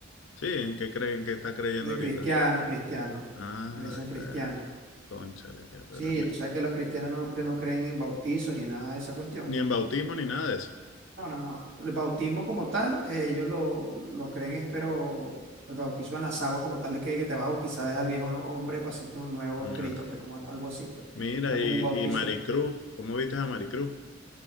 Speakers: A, on the left (about 85°); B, on the right (about 90°).
A: Sí, ¿en qué creen que está creyendo
B: de
A: ahorita?
B: cristiano, cristiano,
A: Ay,
B: creencia cristiana.
A: ver, cónchale, que, pero
B: Sí,
A: ni
B: tú sabes que los cristianos no, pre- no creen en bautizo ni nada de esa cuestión.
A: ni en bautismo ni nada de eso.
B: No, no, no. El bautismo como tal, eh, ellos lo, lo creen, espero, el bautizo en las aguas como tal, que, que te vas a bautizar, deja al viejo no- hombre para hacerte uno nuevo
A: Ah,
B: en Cristo, pues como algo así, pues.
A: mira,
B: No es
A: y,
B: como un bautizo.
A: y Maricruz, ¿cómo viste a Maricruz?